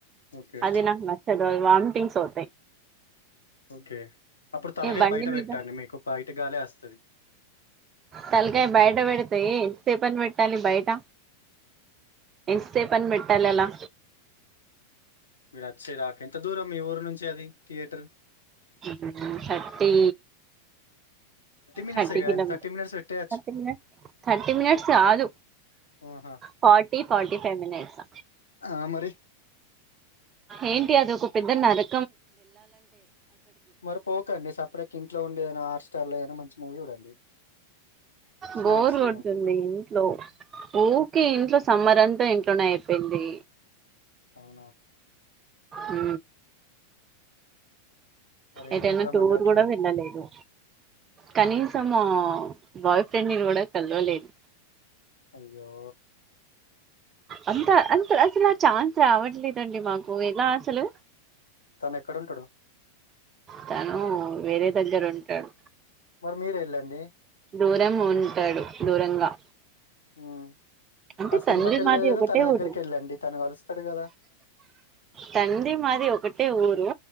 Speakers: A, on the left (about 70°); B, on the right (about 25°).
A: ఓకే
B: అది నాకు నచ్చదు వామిటింగ్ అవుతాయి
A: ఓకే అప్పుడు తలకయ
B: ఈ బండి
A: బయట
B: మీద
A: పెట్టండి మీకు బయట గాలే వస్తది
B: తలకాయ బయట పెడితే <unintelligible> పెట్టాలి బయట ఎంతసేపు ఆని పెట్టాలి అలా
A: మీరు వచ్చే దాక ఎంత దూరం మీ ఊరు నుంచి అది థియేటర్
B: ఉ థర్టీ
A: మినిట్సే
B: థర్టీ
A: కదండి
B: కిలోమీటర్స్
A: థర్టీ మినిట్స్ పెట్టేయచ్చు
B: థర్టీ మినిట్స్ కాదు
A: ఆహా
B: ఫార్టీ ఫార్టీ ఫైవ్ మీనీట్స్
A: ఆ, మరి
B: ఏంటి అది ఒక పెద్ద నారా
A: మరి పోకండి సపరేట్ ఇంట్లో ఉండి ఏనా ఆర్ స్టార్ లో ఏమన్నా మంచి మూవీ చూడండి స్నాక్స్
B: బోరు కొడుతుంది
A: తినుకుంటా
B: ఇంట్లో ఊకే ఇంట్లో సమ్మర్ అంత ఇంట్లోనే అయిపోయింది
A: అవునా
B: ఊ
A: మరి
B: ఏటైన
A: ఏం చేద్దామండి
B: టూర్
A: అట్లుంది
B: కూడా వెళ్ళలేదు కనీసం ఆ బాయ్ ఫ్రెండ్ ని కూడా కలవలేదు
A: అయ్యో
B: అంత అంత అసలు ఆ ఛాన్స్ రావట్లేదండి మాకు ఎలా అసలు
A: తను ఎక్కడుంటాడు
B: తను వేరే దగ్గర ఉంటాడు
A: మరి మీరు వెళ్ళండి
B: దూరం ఉంటాడు దూరంగా
A: ఉమ్
B: అంటే
A: ఆ సినిమాకి
B: తండ్రి
A: ఎళ్ళేదెదో
B: మాది ఒకటే
A: తన దగ్గరికి
B: ఊరు
A: ఎళ్ళండి తను కలుస్తాడు కదా
B: తంది మాది ఒకటే ఊరు